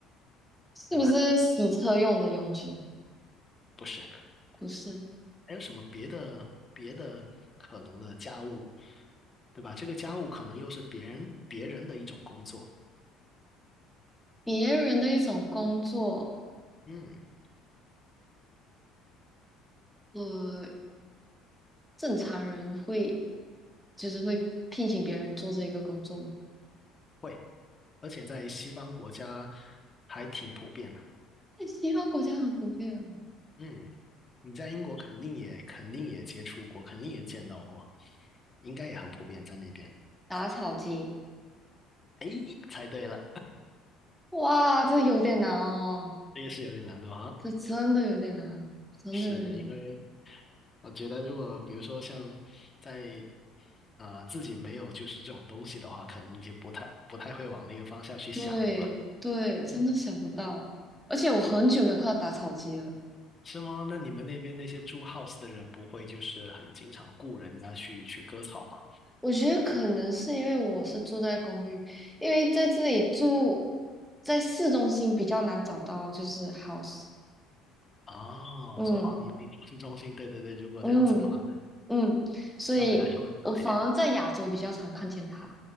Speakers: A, in the centre; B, on the left.
A: 是不是洗车用的佣金？
B: 对吧？不是，还
A: 不是，
B: 有什么别的别的可能的家务，对吧？这个家务可能又是别人别人的一种工作，
A: 别人的一种工作，
B: 嗯，
A: 呃，正常人会就是会聘请别人做这一个工作吗，
B: 会，而且在西方国家还挺普遍的，
A: 在西方国家很普遍啊。
B: 嗯。你在英国肯定也肯定也接触过，肯定也见到过，应该也很普遍在那边。
A: 打草机，
B: 哎，猜对了，
A: 哇，这有点难哦，
B: 这个是有点难度哈。
A: 这真的有点难，真的有点难。
B: 是因为我觉得，如果比如说像在啊自己没有就是这种东西的话，可能就不太不太会往那个方向去想，
A: 对对，
B: 对吧？<laughs>
A: 真的想不到，
B: 嗯，
A: 而且我很久没有看到打草机了。
B: 是是吗？那你们那边那些住 house 的人不会就是很经常雇人家去去割草吗？
A: 我觉得可能是因为我是住在公寓，因为在这里住在市中心比较难找到就是 house，
B: 哦，
A: 嗯
B: 说哦，你你住市中心，对对对，如果这样子的话，
A: 嗯
B: 那
A: 嗯，所以我反而在亚洲比较常看见它，
B: 相对来说会少一点。